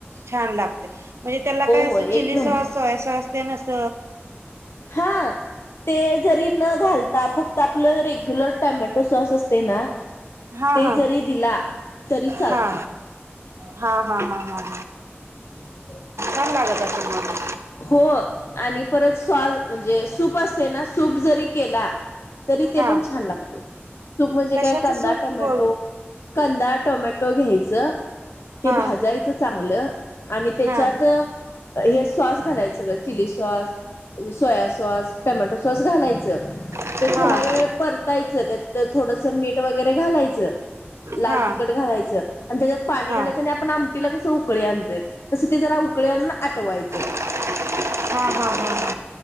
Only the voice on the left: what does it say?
हो एक
number
हा ते जरी न घालता फक्त आपलं रेग्युलर टमॅटो सॉस असते ना
ते
जरी दिला तरी चालते
<inaudible>
हो आणि परत स्वास म्हणजे सूप असते ना सूप जरी केला तरी ते
पण छान लागते सूप म्हणजे
काय कांदा
टमॅटो
कंदा टोमॅटो घ्यायचं ते
भाजायचं चांगलं आणि त्याच्यात
हे सॉस घालायचं सगळं chilli sauce soya sauce tomato sauce घालायचं
ते थोडा वेळ परत यच त्यात थोडंस मीठ वगैरेघालायचं लाल
तिखट घालायचं आणि त्याच्यात पाणी
घालायचं आणि आपण आमटीला कसं उकळी आणतोय तस ते जरा उकळी आणून आटवायचं